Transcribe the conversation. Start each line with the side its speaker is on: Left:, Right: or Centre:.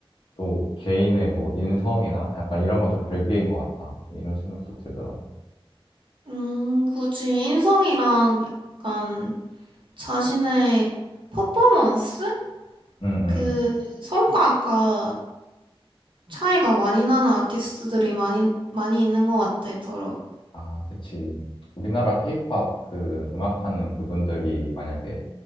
Left: 또 개인의 뭐 인성이나 약간 이런 건 좀 별개인 것 같다. 이런 생각도 들더라고.
Right: 음, 굳이 인성이랑 약간 자신의 퍼포먼스?
Left: 응,
Right: 그
Left: 응.
Right: 성과가 차이가 많이 나는 아티스트들이 많이, 많이 있는 것 같아, 더러.
Left: 아, 그치. 우리나라 케이팝 그 음악하는 그분들이 만약에